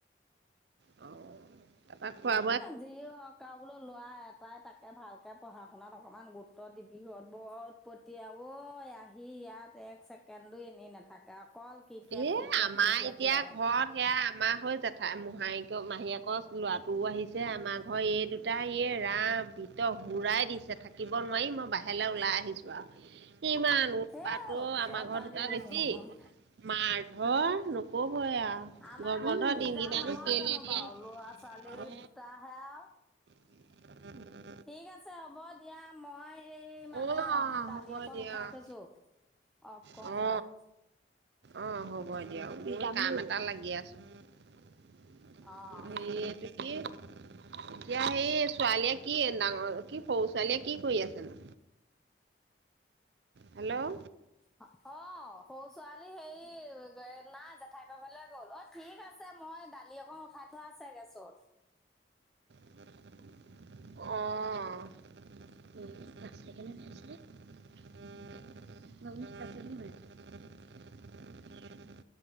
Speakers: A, on the right; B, in the centre.
A: অ'। তাৰপা খোৱা
B: যি হয় হওঁক আৰু বোলো ল'ৰা এটাই তাকে ভালকে পঢ়া শুনাত অকণমান গুৰুত্ব ত' দিবি হত, বৰ উৎপটিয়া অ', আহি ইয়াত এক কেন্দু এনেই নাথাকে অকল ক্ৰিকেট
A: এ,
B: ক্ৰিকেট
A: আমাৰ
B: ক্ৰিকেটেই
A: এতিয়া ঘৰত
B: আৰু
A: সেয়া আমাৰ হৈ যা <unintelligible> মোহা মাহীয়েকৰ ল'ৰাটোও আহিছে, আমাৰ ঘৰ এই দুটাই ইয়ে ৰাম ভিতৰ উৰাই দিছে, থাকিব নোৱাৰি মই বাহিৰলে ওলাই আহিছোঁ। ইমান উৎপাত
B: এ
A: অ',
B: অত
A: আমাৰ ঘৰত
B: পালি
A: দুটা
B: কৈছো
A: বেছি।
B: নহয়
A: মাৰ ধৰ নক'বই আৰু
B: আমাৰ
A: গমবন্ধৰ
B: তাতে নিজা
A: দিনকেইটানো
B: নহয়
A: কেইলেই
B: জানো
A: দিয়ে
B: বাৰু ল'ৰা ছোৱালী
A: অ
B: দুটা হে আও।
A: <inaudible>
B: ঠিক আছে হ'ব দিয়া। মই এই মানে
A: অ
B: দালি
A: হ'ব
B: অকণ
A: দিয়ক
B: উঠাই থৈছোঁ। অফ কৰোগে।
A: অ অ', হ'ব দিয়ক <unintelligible> মইও কাম এটা লাগি আছোঁ। <unintelligible>
B: অ
A: এই এইটো কি এতিয়া সেই ছোৱালীয়ে কি ডাঙৰ কি সৰু ছোৱালীয়ে কি কৰি আছেনো? হেল্ল'!
B: অ', সৰু ছোৱালী হেৰি নাই, জেঠাইকৰ ঘৰলে গ'ল। ঠিক আছে, মই দালি অকণ উঠাই থোৱা আছে গেছত।
A: উম। <inaudible> <inaudible>